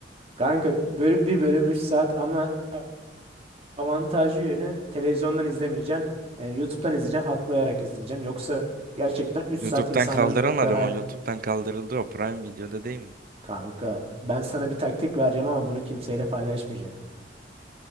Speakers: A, on the right; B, on the right.
A: Kanka böl- bir bölüm üç saat ama a- avantajlı yönü televizyondan izlemeyeceksin. Yani YouTube'dan izleyeceksin, atlayarak izleyeceksin. Yoksa gerçekten 3
B: YouTube'dan
A: saat insanların
B: kaldıramadım
A: o kadar
B: o. YouTube'dan kaldırıldı o. Prime Video'da değil mi?
A: Kanka ben sana bir taktik vereceğim ama bunu kimseyle paylaşmayacağım.